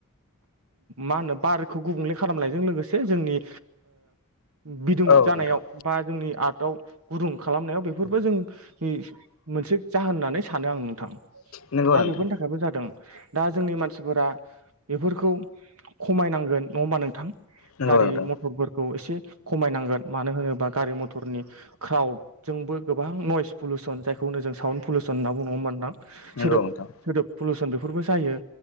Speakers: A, on the right; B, on the left.
A: मा होनो बारखौ गुबुंले खालामनायजों लोगोसे जों जोंनि बिदुं
B: औ
A: जानायाव
B: नोंथां
A: बा जोंनि आर्ट दाउ गुदुं खालामनायाव बेफोरबो जोंनि मोनसे जाहोन होननानै सानो आं नोंथां
B: नंगौ
A: दा
B: नोंथां
A: बेफोरनि थाखायबो जादों दा जोंनि मानसिफोरा बेफोरखौ खमायनांगोन नङा होमबा नोंथां
B: नंगौ
A: गारि
B: नोंथां
A: मथरफोरखौ एसे खमायनांगोन मानो होनोबा गारि मथरनि क्राउदजोंबो गोबां नयस पलुसन जायखौनो जों साउन्ड पलुसन होनना ब बुंङां
B: नंगौ
A: सोदोब
B: नोंथां
A: सोदोब पलुसन फोरबो जायो